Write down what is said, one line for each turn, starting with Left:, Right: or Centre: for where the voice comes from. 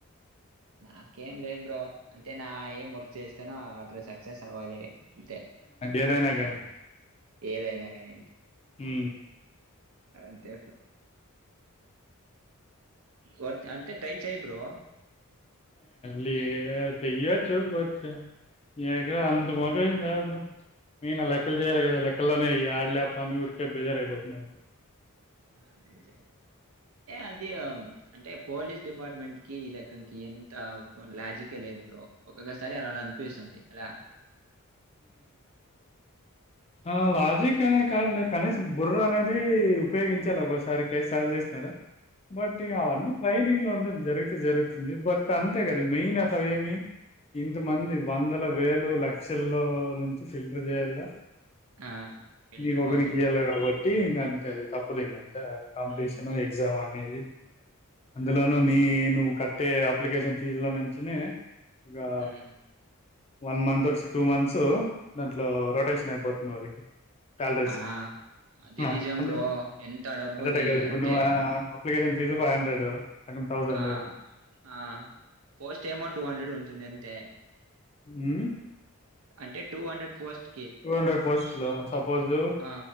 Right: నాకేం లేదు బ్రో అంటే నా ఏం వర్క్ చేస్తానో అతడ సక్సెస్ అవ్వాలి అంతే
Left: ఏదైనా కానీ
Right: ఏదైనా కానీ
Left: హ
Right: అంతే వ అంతే టై చేై బ్రో
Left: లేలీ తయ్య చ్చ బట్ ఎక
Right: ఉమ్.
Left: అంత మరి నేను లెక్కలు చేయాలి కదా లెక్కల్లోనే ఆడలేప అని ఉరికే బేజార్ అయిపోతుందింత
Right: అదే చె అది అంటే పోలీస్ డిపార్ట్మెంట్ కి ఈ లెక్కకి ఎంత లాజికే లేదు బ్రో ఒక్కొక్కసారి అలా అనిపిస్తుంది అలా
Left: ఆ లాజక్ అకనే కాదులే కనీస బుర్ర అనేది ఉపయోగించాలి ఒసారి కేసు సాల్్ చేసినాడు బట్ ఇ అవన్నీ ట్రైనింగ్ లో ఉండడం జరిగితే జరుగుతుంది బట్ అంత మెయిన్ అతవ ఏమి ఇంతమంది వందల వేలు లక్ష మిక్ష లో నుంచి ఫిల్టర్ చేయలా
Right: ఆ ఫిల్టర్
Left: మీ కకకి
Right: కోసం
Left: ఎాల కబర్ టీ ఇం అదు తప్పుదు ఎం కాంపిటీషన్
Right: ఉమ్,
Left: ఎగ్జామ్ అనేది అందులోనుూ
Right: ఉమ్, ఉమ్,
Left: నీ
Right: ఉమ్,
Left: నువ్వు కట్టే అప్లికేషన్ ఫీజు లో నుంచి ఇంకా
Right: ఉమ్.
Left: వన్ మంత్ టూ మంత్స్ దాంట్లో రొటేషన్ అయిపోతుంది వాళ్ళకి సాలరీస్
Right: ఆ అది
Left: అ
Right: నిజం బ్రో ఎంత డబ్బుది
Left: కరక్టే కదా ఇప్పుడు
Right: అంతే
Left: ను్ అప్లికేషన్ ఇది ఫైవ్ హండ్రెడ్ అక్కడ థౌజండ్
Right: ఆ ఆ పోస్ట్ ఏమో టూ హండ్రెడ్ ఉంటుంది అంతే
Left: అ
Right: అంటే two hundred post
Left: two hundred post లో సపోజు
Right: ఆ!